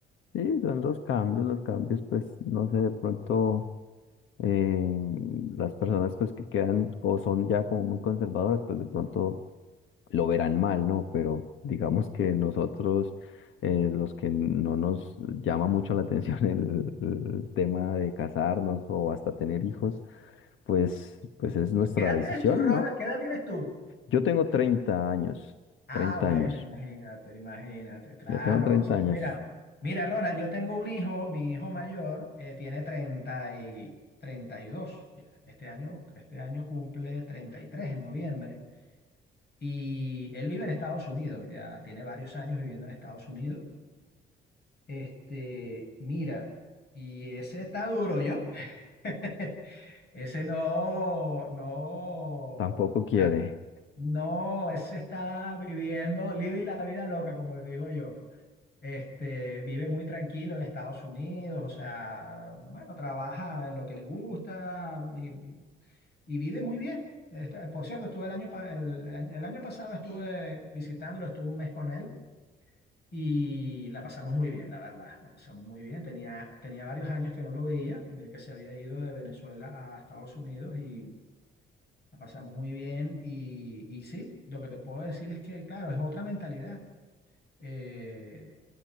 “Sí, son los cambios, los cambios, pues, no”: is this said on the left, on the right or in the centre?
Left